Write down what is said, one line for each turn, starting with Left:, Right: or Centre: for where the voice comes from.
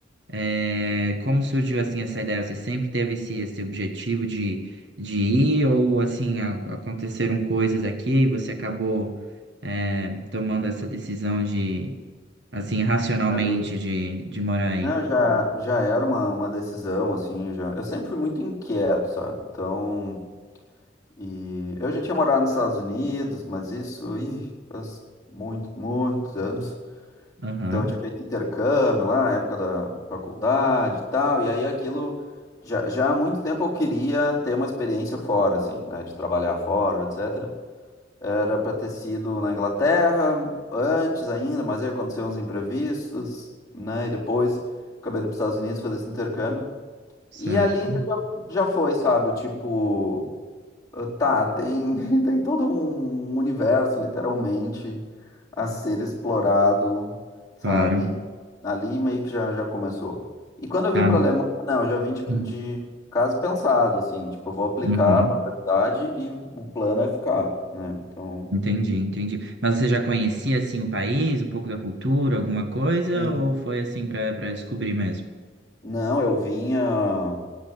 Right: É, como surgiu assim essa ideia? Você sempre teve esse, esse objetivo de, de ir ou assim a- aconteceram coisas aqui e você acabou é, tomando essa decisão de assim racionalmente
Left: não,
Right: de, de morar aí?
Left: já, já era uma, uma decisão, assim, eu já, eu sempre fui muito inquieto, sabe? Então E eu já tinha morado nos Estados Unidos, mas isso, ih, faz muito, muitos anos.
Right: Aham,
Left: Então eu tinha feito intercâmbio lá, na época da faculdade e tal, e aí aquilo já, já há muito tempo eu queria ter uma experiência fora, assim, né, de trabalhar fora, etc. Era para ter sido na Inglaterra antes ainda, mas aí aconteceu uns imprevistos, né, e depois acabei indo para os Estados Unidos fazer esse intercâmbio.
Right: certo,
Left: E ali já, já foi, sabe, o tipo ah, Tá, tem, <laughs> tem todo um universo, literalmente, a ser explorado, sabe?
Right: claro.
Left: Ali meio que já, já começou. E quando eu vim
Right: Ah,
Left: para a Alemanha, não, eu já vim de,
Right: hum,
Left: de caso pensado, assim, tipo, eu vou aplicar
Right: uhum,
Left: para a universidade e o plano é ficar, né? Então,
Right: entendi, entendi. Mas você já conhecia assim o país, um pouco da cultura, alguma coisa
Left: sim.
Right: ou foi assim para para descobrir mesmo?
Left: Não, eu vinha.